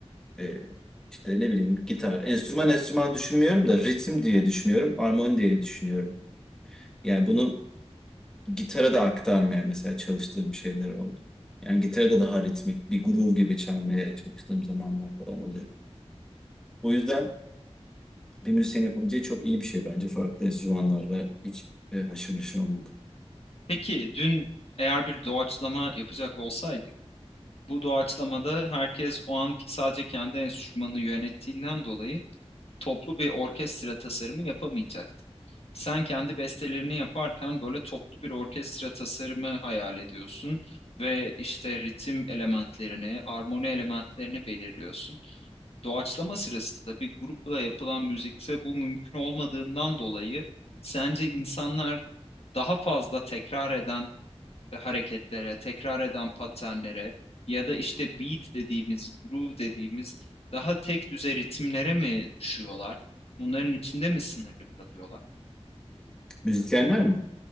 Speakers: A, in the centre; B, on the left.
A: e, işte ne bileyim gitar, enstrüman enstrüman düşünmüyorum da ritim diye düşünüyorum, armoni diye düşünüyorum. Yani bunu Gitara da aktarmaya mesela çalıştığım şeyler oldu. Yani gitara da daha ritmik bir groove gibi çalmaya çalıştığım zamanlar falan oluyor. O yüzden bir müzisyen yapabileceği çok iyi bir şey bence farklı enstrümanlarla hiç e, haşır neşir olmak.
B: Peki dün eğer bir doğaçlama yapacak olsaydık, bu doğaçlamada herkes o an sadece kendi enstrümanını yönettiğinden dolayı toplu bir orkestra tasarımı yapamayacaktı. Sen kendi bestelerini yaparken böyle toplu bir orkestra tasarımı hayal ediyorsun ve işte ritim elementlerini, armoni elementlerini belirliyorsun. doğaçlama sırasında bir grupla yapılan müzikte bu mümkün olmadığından dolayı sence insanlar daha fazla tekrar eden e, hareketlere, tekrar eden paternlere ya da işte beat dediğimiz, groove dediğimiz daha tek düze ritimlere mi düşüyorlar? Bunların içinde mi sınırlı kalıyorlar?
A: Müzisyenler mi?